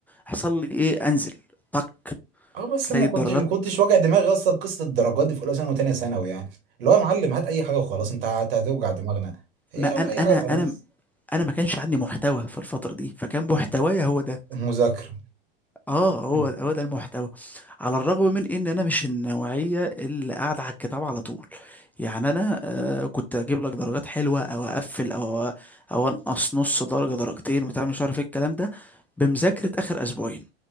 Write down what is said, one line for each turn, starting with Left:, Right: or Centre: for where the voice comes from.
Centre: يحصل لي إيه أنزل طك
Right: اه بس
Centre: تلاقي
Right: انا ما
Centre: الدرجات
Right: كنتش ما كنتش واجع دماغي اصلا بقصه الدرجات دي في اولى ثانوي وثانيه ثانوي يعني اللي هو يا معلم هات اي حاجه وخلاص انت هت- هتوجع دماغنا هي
Centre: ما انا
Right: أو- اي
Centre: انا
Right: حاجه وخلاص
Centre: انا انا ما كانش عندي محتوى في الفتره دي فكان محتوايا هو ده
Right: مذاكره
Centre: اه هو
Right: <laughs>
Centre: هو ده المحتوى على الرغم من ان انا مش النوعيه اللي قاعده على الكتاب على طول يعني انا آه كنت اجيب لك درجات حلوه او اقفل او او انقص نص درجه درجتين بتاع مش عارف ايه الكلام ده بمذاكره اخر اسبوعين